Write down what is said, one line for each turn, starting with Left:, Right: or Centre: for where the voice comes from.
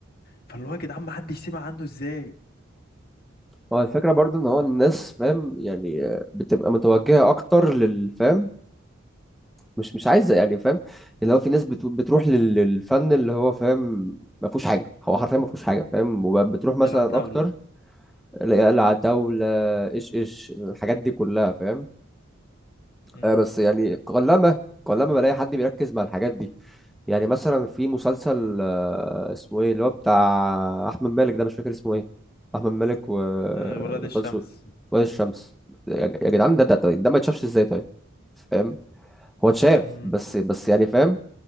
Left: فاللي هو يا جدعان ما حدش سمع عنه ازاي
Centre: هو الفكرة برضو ان هو الناس فاهم يعني آه، بتبقى متوجهة اكتر للفهم مش مش عايزة يعني فاهم اللي هو في ناس بتو- بتروح لل- للفن اللي هو فاهم ما فيهوش حاجة هو حرفيا ما فيهوش حاجة فاهم وبتروح مثلا
Left: العتاولة
Centre: اكتر لقلعة طاولة ايش ايش الحاجات دي كلها فاهم
Left: امم
Centre: آه، بس يعني قلما قلما بلاقي حد بيركز مع الحاجات دي يعني مثلا في مسلسل آه، اسمه ايه اللي هو بتاع احمد مالك ده مش فاكر اسمه ايه احمد مالك و
Left: ولاد
Centre: وطه
Left: الشمس
Centre: دسوقي وائل الشمس يا يا جدعان ده ده طيب، ده ما يتشافش ازاي طيب فاهم هو اتشاف
Left: امم
Centre: بس بس يعني فاهم